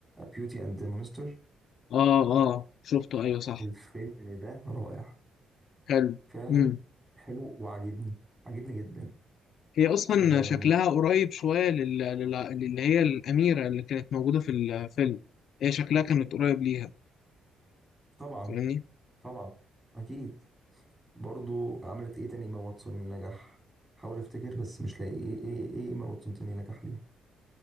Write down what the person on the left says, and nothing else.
اه اه شفته ايوه صح
حلو
امم
هي اصلا
شكلها قريب شوية لل... لل... اللي هي الأميرة اللي كانت موجودة في الفيلم هي شكلها كانت قريب ليها
فاهمني